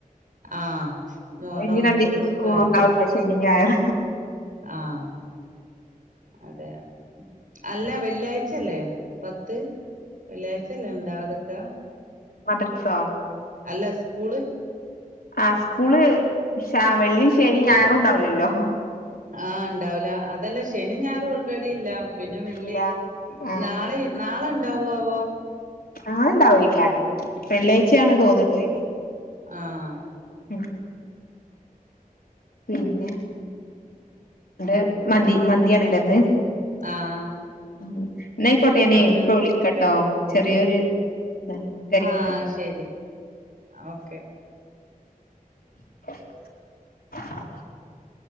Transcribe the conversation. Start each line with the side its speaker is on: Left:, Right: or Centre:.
Right: ആഹ് മുഹറം
Left: ഇനി
Right: ഒമ്പതും
Left: രണ്ടിസം
Right: പത്തും
Left: സ്കൂള
Right: ആയിട്ട്
Left: ഉണ്ടാവില്ല ശനി ഞായർ.
Right: ആഹ് അതെ അല്ല വെള്ളിയാഴ് ച്ചല്ലേ പത്ത് വെള്ളിയാഴ്ചല്ലേ ഉണ്ടാതൊക്കാ.
Left: മദ്രസൊ.
Right: അല്ല സ്കൂള്.
Left: ആ സ്കൂള് വെള്ളി ശനി ഞായറും ഉണ്ടാവില്ലല്ലോ?
Right: ആഹ് ഉണ്ടാവുല. അതല്ല ശനി ഞാറും ഓൾറെഡി ഇല്ല പിന്നെ വെള്ളി
Left: ഇല്ല ആ
Right: നാളെ നാളെ ഉണ്ടാവുആവോ?
Left: ആഹ് ഇണ്ടാവയി കാരം. വെള്ളിയാഴ്ച്ചയാണ് തോന്നണ്ട് പോയിത്.
Right: ആഹ്
Left: ഉം പിന്നെ എ മന്തി മന്തിയാണല്ലന്ന്.
Right: ആഹ്
Left: ഉം നെയക്കോട്ടെന
Right: അവിടെ
Left: ഇപ്പൊ വിളിക്കട്ടോ? ചെറിയൊരു ഇതാണ് രിക്ക
Right: ആഹ് ശരി ഓക്കെ
Left: <unintelligible>